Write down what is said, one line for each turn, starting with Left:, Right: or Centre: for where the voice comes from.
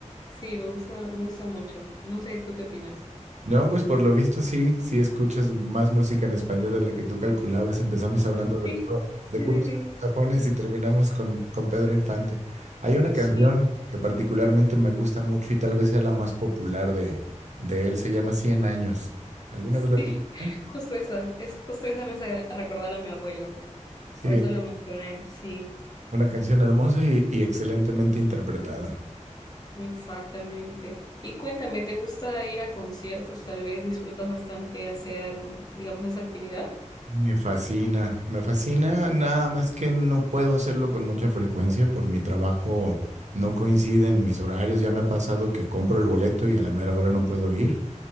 Left: Sí, me gusta, me gusta mucho. No sé, ¿tú qué opinas?
Right: No, pues por lo visto sí, sí escuchas más música en español de la que tú calculabas. Empezamos hablando de
Left: Sí,
Right: puro,
Left: Sí,
Right: de puros
Left: sí, sí.
Right: sajones y terminamos con, con Pedro Infante. Hay una canción
Left: Sí,
Right: que particularmente me gusta mucho y tal vez sea la más popular de, de él, se llama Cien años. ¿Alguna
Left: sí.
Right: vez la escuchaste?
Left: <laughs> Justo esa. Es justo esa me hace recordar a mi abuelo.
Right: Sí,
Left: Por eso lo mencioné. Sí,
Right: una canción hermosa y, y excelentemente interpretada.
Left: exactamente. Y cuéntame, ¿te gusta ir a conciertos? Tal vez disfrutas bastante hacer, digamos, esa actividad.
Right: Me fascina, me fascina, nada más que no puedo hacerlo con mucha frecuencia por mi trabajo, no coinciden mis horarios, ya me ha pasado que compro el boleto y a la mera hora no puedo ir,